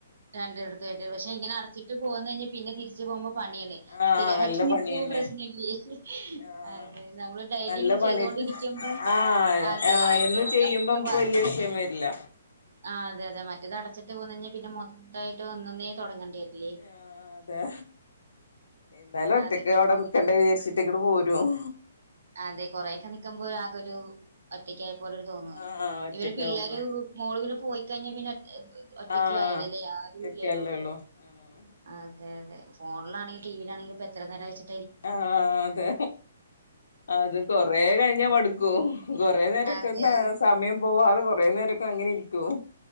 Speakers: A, on the right; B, on the left.
A: രണ്ട അടത്തയിട്ട് പക്ഷെങ്ങനെടച്ചിട്ട് പോകന്ന് കഴിഞ്ഞാൽ പിന്നെ തിരിച്ച് പോകുമ്പോ പണിയല്ലെ
B: ആഹ്
A: സ്ഥിരയിട്ട്
B: നല്ല
A: നിക്കുമ്പോപ്രശ്നേല്ലേയ്
B: പണിയന്നെ ആഹ്
A: അതെ നമ്മൾ ഡയിലിങ്ങനെ
B: നല്ല പണിട്ട്
A: ചെയ്തോ രിക്കുമ്പോ
B: ആഹ്
A: അതേഅത്ര
B: ആഹ് എന്ന് ചെയ്യുമ്പോ നമുക്ക്
A: വാദി
B: വല്യ വിഷയം വരില്ല
A: ആ അതെ അതെ മറ്റേത് അടച്ചിട്ട് പോന്നഞ്ഞാ പിന്നെ മൊത്തായിട്ട് ഒന്നന്നേ തുടങ്ങണ്ടേരില്ലേ.
B: ആഹ് അതെ എന്നാലും ഒറ്റക്ക്
A: അതൊക്കെ
B: അവിടെ നിക്കണ്ട വിചാരിച്ചിട്ട് ഇങ്ങ് പോരും.
A: അതെ കൊറെയൊക്കെ നിക്കുമ്പോ ആകൊരു ഒറ്റക്കായ പോലൊരു തോന്നയ്
B: ആഹ് ഒറ്റക്കാവുമ്പോ
A: ഇവര് പിള്ളേർ മോള് പോയിക്കഴിഞ്ഞാ പിന്നെ ഒറ്റക്ക
B: ആഹ്
A: ആയല്ലല്ലേ ആരു
B: ഒറ്റക്കല്ലേള്ളൂ
A: ഇല്ലല്ലോ?
B: ആഹ്
A: അതെ അതെ ഫോണിലാണങ്കിൽ ടിവിയിലാണങ്കിലും ഇപ്പോ എത്ര നേരം വെച്ചി
B: ആഹ അതെ അത് കൊറ കഴിഞ്ഞ മടുക്കൂ കൊറേ നേരം രിക്ക്ന്നാ
A: അതെ
B: സമയം പോവാതെ കുറേ നേരൊക്കെ അങ്ങനെ ഇരിക്കും.